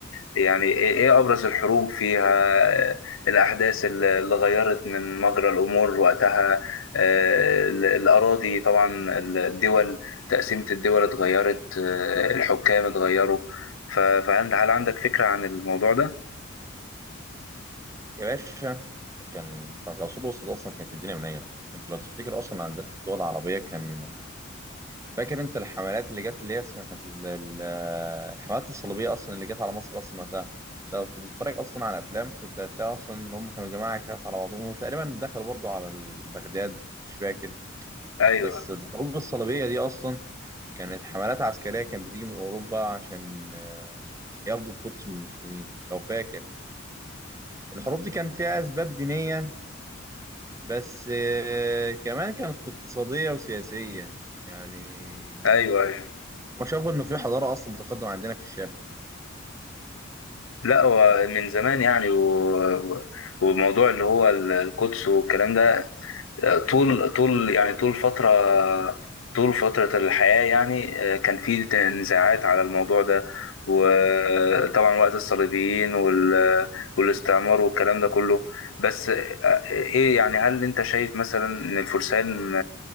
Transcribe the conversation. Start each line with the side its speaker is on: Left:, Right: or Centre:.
Left: يعني إيه إيه أبرز الحروب فيها آه، الأحداث اللي اللي غيرت من مجرى الأمور وقتها آه، ال- الأراضي طبعا ال- الدول تقسيمة الدول اتغيرت آه، الحكام اتغيروا ف- فهل هل عندك فكرة عن الموضوع ده؟
Right: يا باشا كان ساعه العصور الوسطى ده اصلا كانت الدنيا منيله انت لو تفتكر اصلا عندنا في الدول العربيه كان فاكر انت الحملات اللي جت اللي هي اسمها كانت ال- ال- الحملات الصليبيه اصلا اللي جت على مصر اصلا وقتها لو كنت بتتفرج اصلا على افلام كنت هتلاقي اصلا اللي هم كانوا جماعه كانت على بعضهم وتقريبا دخلوا برضو على ال- بغداد مش فاكر
Left: أيوه
Right: بس الحروب الصليبيه دي اصلا كانت حملات عسكريه كانت بتيجي من اوروبا عشان آه، ياخدوا القدس من المسلمين لو فاكر الحروب دي كان فيها اسباب دينيه بس آه، كمان كانت اقتصاديه وسياسيه يعني
Left: أيوه أيوه
Right: هما شافوا إن في حضارة أصلا متقدمة عندنا في الشرق
Left: لا هو من زمان يعني و... و- وموضوع اللي هو ال- القدس والكلام ده طول طول يعني طول فترة طول فترة الحياة يعني آه، كان في ت- نزاعات على الموضوع ده وطبعا وقت الصليبيين وال- والاستعمار والكلام ده كله بس آه، ايه يعني هل انت شايف مثلا ان الفرسان